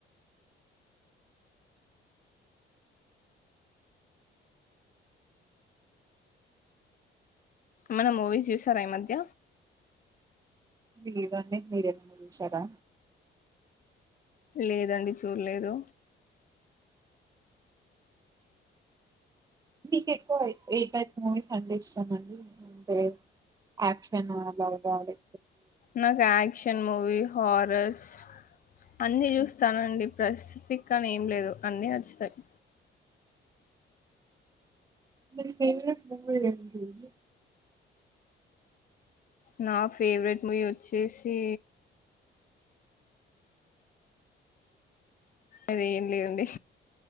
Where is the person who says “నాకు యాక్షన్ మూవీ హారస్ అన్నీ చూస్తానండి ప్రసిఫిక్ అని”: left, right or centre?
Left